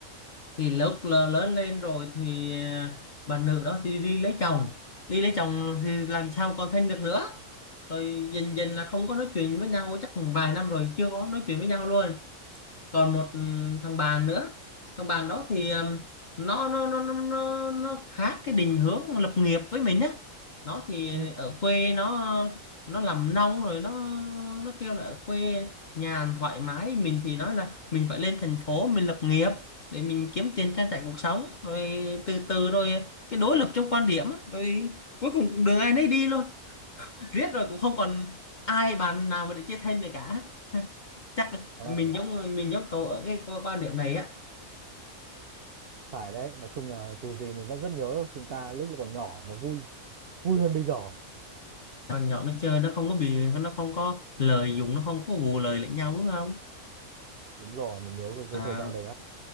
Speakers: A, on the left; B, on the right.
A: thì lúc lớ- lớn lên rồi thì ờ, bà nữ đó thì đi lấy chồng đi lấy chồng thì làm sao còn thân được nữa rồi dần dần là không có nói chuyện với nhau chắc vài năm rồi chưa có nói chuyện với nhau luôn còn một ừm, thằng bạn nữa thằng bạn đó thì ừm, nó nó nó nó nó nó khác cái định hướng lập nghiệp với mình á nó thì
B: Ừ.
A: ở quê nó nó làm nông rồi nó nó kêu là ở quê nhàn thoải mái mình thì nói là mình phải lên thành phố mình lập nghiệp để mình kiếm tiền trang trải cuộc sống rồi từ từ rồi cái đối lập trong quan điểm á rồi cuối cùng đường ai nấy đi luôn riết rồi cũng không còn ai bạn nào mà để chia thân được cả chắc
B: ờ,
A: mình giống mình giống cậu ở cái quan quan điểm này á
B: phải đấy. Nói chung là dù gì mình vẫn rất nhớ chúng ta lúc còn nhỏ nó vui, vui hơn bây giờ.
A: thằng nhỏ nó chơi nó không có bị nó không có lời dùng nó không có vù lời lẫn nhau đúng không
B: Đúng rồi, mình nhớ về
A: à,
B: cái thời gian đấy lắm.